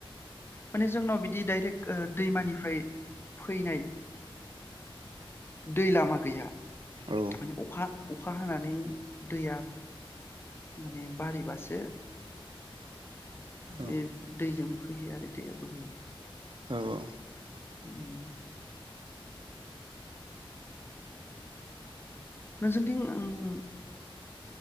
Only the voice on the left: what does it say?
माने जोंनाव बिदि डाइरेक ओ दैमानिफ्राय फैनाय दै लामा गैया
माने अखा अखा हानानै दैया माने बारिबासो
बे दैजों फैयो आरो दैया बोहैयो।
<inaudible> नोंसिनिथिं ओं